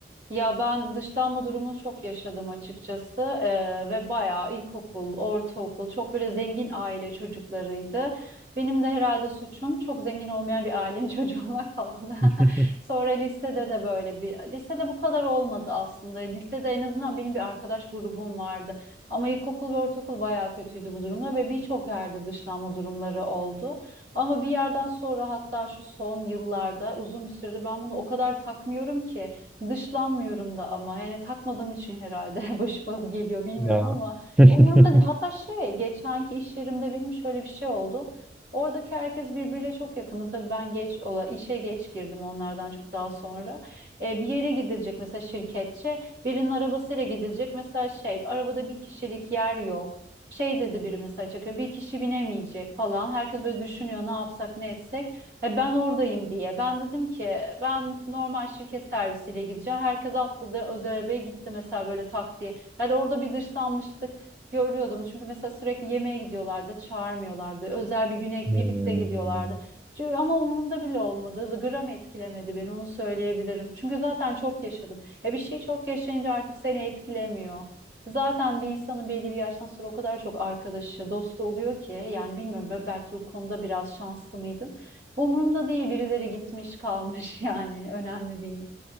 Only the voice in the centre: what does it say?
<laughs>
Ya.
<laughs>
Hmm.